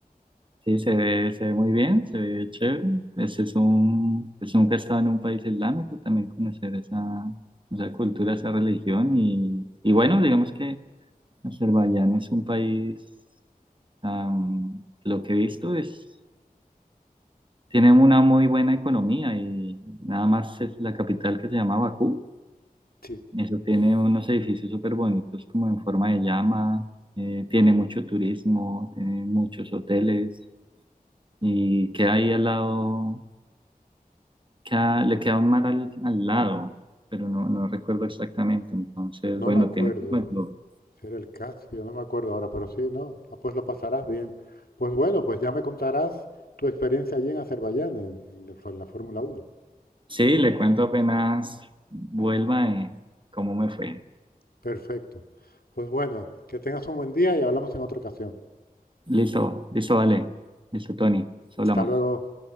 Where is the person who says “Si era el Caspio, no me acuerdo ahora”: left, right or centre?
Left